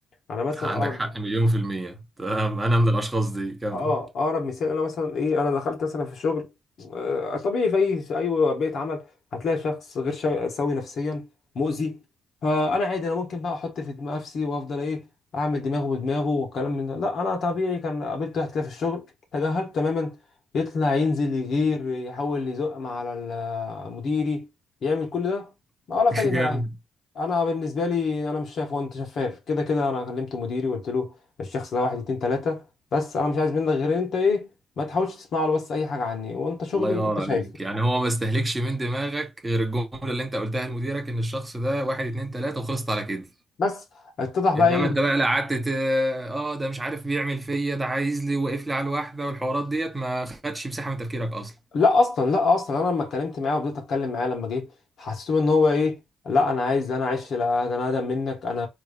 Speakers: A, on the left; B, on the right.
A: انا مثلا
B: <laughs> عندك
A: اقرب
B: حق مليون في المية تمام انا من الاشخاص دي كمل
A: اه اقرب مثال انا مثلا ايه انا دخلت مثلا في الشغل آه، طبيعي في اي في اي بيئه عمل هتلاقي شخص غير شا- سوي نفسيا مؤذي فانا عادي انا ممكن بقى احط في دماغ نفسي وافضل ايه اعمل دماغه بدماغه والكلام من ده لا انا طبيعي كان قابلت واحد كده في الشغل تجاهلته تماما يطلع ينزل يغير يحاول يزق مع على ال- مديري يعمل كل ده ولا فارق
B: <laughs> جامد
A: معايا انا بالنسبه لي انا مش شايف هو انت شفاف كده كده انا كلمت مديري وقلت له الشخص ده واحد اتنين تلاته بس انا مش عايز منك غير إن انت ايه ما تحاولش تسمع له بس اي حاجه عني وانت شغلي
B: الله ينور
A: انت شايفه
B: عليك يعني هو ما استهلكش من دماغك غير الجمله اللي انت قلتها لمديرك ان الشخص ده واحد اتنين تلاته وخلصت على كده
A: بس اتضح بقى
B: انما
A: ايه
B: انت بقى لا قعدت ت- اه آه، ده مش عارف بيعمل فيا ده عايز لي واقف لي على الواحده والحوارات ديت ما خدش مساحه من تفكيرك اصلا
A: لا اصلا لا اصلا انا لما اتكلمت معاه وفضلت اتكلم معاه لما جه حسيته ان هو ايه لا انا عايز انا اعيش لا ده انا اقدم منك انا